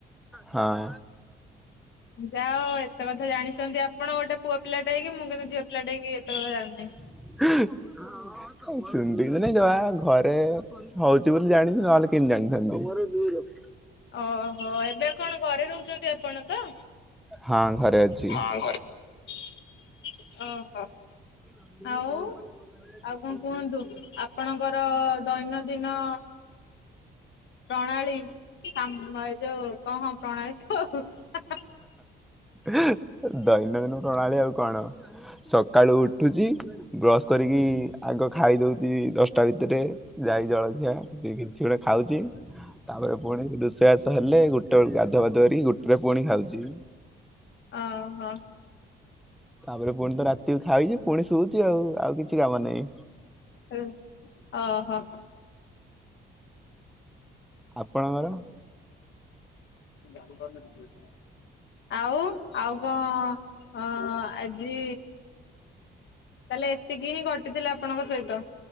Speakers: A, in the centre; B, on the left.
A: ହଁ।
B: ଯାଅ ଏତେ କଥା ଜାଣିଛନ୍ତି ଆପଣ ଗୋଟେ ପୁଅ ପିଲାଟେ ହେଇକିି ମୁଁ କିନ୍ତୁ ଝିଅ ପିଲାଟେ ହେଇକି ଏତେ କଥା ଜାଣିନେହିଁ।
A: <inaudible> ସେମିତି କିଛି ନାହିଁ ଯ ଆ ଘରେ ହଉଚି ବୋଲି ଜାଣିଚି ନହେଲେ କେମିତି ଜାଣିଥାନ୍ତି।
B: ଓହୋ ଏବେ କଣ ଘରେ ରହୁଛନ୍ତି ଆପଣ ତ।
A: ହଁ ଘରେ।
B: <inaudible>
A: ଅଛି।
B: ଓହୋ।
A: <inaudible>
B: ଆଉ ଆଉ କଣ କୁହନ୍ତୁ ଆପଣଙ୍କର ଦୈନନ୍ଦିନ ପ୍ରଣାଳୀ ହାଁମ୍ ମ ଏ ଯୋଉ କ ହଁ ପ୍ରଣାଳୀ <unintelligible>
A: ଦୈନନ୍ଦିନ ପ୍ରଣାଳୀ ଆଉ କଣ। ସକାଳୁ ଉଠୁଚି ବ୍ରସ୍ କରିକି ଆଗ ଖାଇ ଦଉଚି ଦଶଟା ଭିତରେ। ଯାଇ ଜଳଖିଆ କି କିଛି ଗୋଟେ ଖାଉଚି ତାପରେ ପୁଣି ରୋଷେଇ ବାସ ହେଲେ ଗୋ ଟେ ବେଳୁ ଗାଧୁଆ ପାଧୁଆ କରିକି ଗୋଟେରେ ପୁଣି ଖାଉଚି।
B: ଅହ।
A: ତାପରେ ପୁଣି ତ ରାତି କୁ ଖାଉଚି ପୁଣି ଶୋଉଚି ଆଉ ଆଉ କିଛି କାମ ନାହିଁ।
B: ହୁଁ ଅହ।
A: ଆପଣଙ୍କର
B: ଜାଣିପାରୁନଥିଲୁ କି? ଆଉ ଆଉ କଣ ଅ ଆଜି ତାହେଲେ ଏତିକି ହିଁ ଘଟିଥିଲା ଆପଣଙ୍କ ସହିତ।